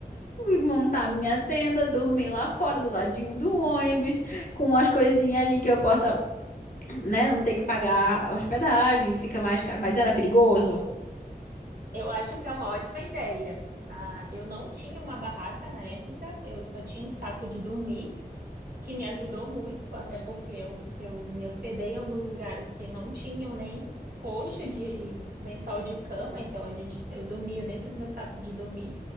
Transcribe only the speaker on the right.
eu acho que é uma ótima ideia. Ah, eu não tinha uma barraca na época, eu só tinha um saco de dormir. que me ajudou muito, até porque eu, eu me hospedei em alguns lugares que não tinham nem coxa de lençol de cama, então a gente, eu dormia dentro do meu saco de dormir.